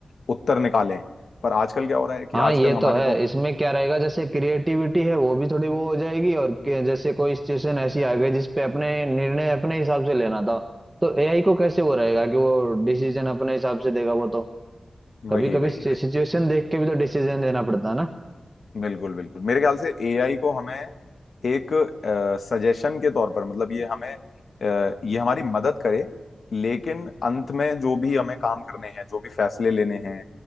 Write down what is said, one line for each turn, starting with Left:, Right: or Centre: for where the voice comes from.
Left: उत्तर निकालें पर आजकल क्या हो रहा है कि
Right: हाँ
Left: आजकल
Right: ये
Left: हमारे
Right: तो है
Left: को
Right: इसमें क्या रहेगा जैसे क्रिएटिविटी है वो भी थोड़ी वो हो जाएगी और के- जैसे कोई सिचुएशन ऐसी आ गई जिसपे अपने निर्णय अपने हिसाब से लेना था तो एआई को कैसे वो रहेगा कि वो डिसीजन अपने हिसाब से देगा वो तो
Left: वही
Right: कभी कभी
Left: वही
Right: सिचुएशन देख के भी तो डिसीजन देना पड़ता है ना
Left: बिल्कुल बिल्कुल मेरे ख्याल से एआई को हमें एक सजेशन के तौर पर मतलब ये हमें अ, ये हमारी मदद करे लेकिन अंत में जो भी हमें काम करने हैं जो भी फैसले लेने हैं